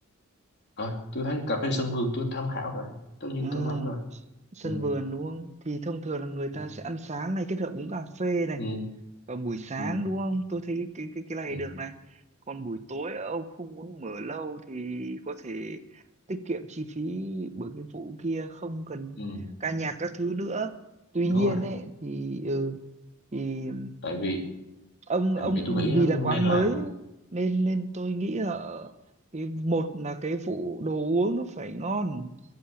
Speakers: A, on the left; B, on the right.
A: rồi tôi thấy cà phê sân vườn tôi tham khảo rồi tất nhiên
B: Ừ,
A: tôi không rồi
B: sân
A: ừ,
B: vườn đúng không? Thì thông thường là người
A: ừ,
B: ta sẽ ăn sáng này kết hợp uống cà phê này
A: ừ,
B: vào buổi sáng
A: ừ,
B: đúng không? Tôi thấy cái cái cái này
A: ừ,
B: được này. Còn buổi tối ông không muốn mở lâu thì có thể tiết kiệm chi phí bởi cái vụ kia không cần
A: ừ,
B: ca nhạc các thứ nữa. Tuy
A: đúng
B: nhiên
A: rồi
B: ấy thì ừ thì
A: tại vì
B: ông
A: tại
B: ông
A: vì tôi nghĩ
B: vì
A: á,
B: là quán
A: nên làm
B: mới ấy, nên nên tôi nghĩ là cái một là cái phụ đồ uống nó phải ngon